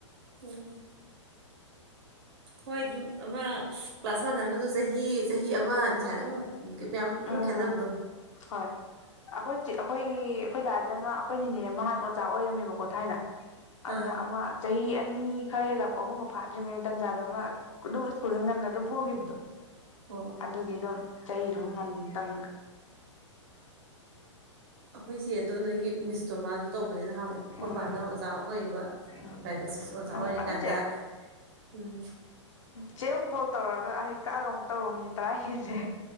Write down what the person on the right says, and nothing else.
ꯎꯝ꯫ ꯍꯣꯏ ꯑꯗꯨꯝ ꯑꯃ ꯀ꯭ꯂꯥꯁ ꯃꯥꯟꯅꯔꯒ ꯖꯨ ꯆꯍꯤ - ꯆꯍꯤ ꯑꯃ ꯅꯤꯁꯥꯗ ꯑꯃꯨꯛ ꯃꯌꯥꯝ ꯑꯗꯨꯝ
ꯈꯦꯠꯅꯕꯗꯣ꯫
ꯑꯥ
ꯍꯣ
ꯑꯩꯈꯣꯏꯁꯦ ꯑꯗꯣ ꯅꯣꯏꯒꯤ ꯃꯤꯁꯇꯣ ꯃꯥꯁꯨ ꯇꯧꯕꯅꯤꯅ ꯅꯍꯥꯟꯋꯥꯏ ꯑꯩꯈꯣꯏꯕꯥꯅ
ꯑꯣꯖꯥ ꯑꯣꯏꯕ
ꯄ꯭ꯔꯥꯏꯚꯦꯠ ꯁ꯭ꯀꯨꯜꯁꯦ ꯑꯣꯖꯥ ꯑꯣꯏꯔꯤꯀꯥꯟꯗ
ꯎꯝ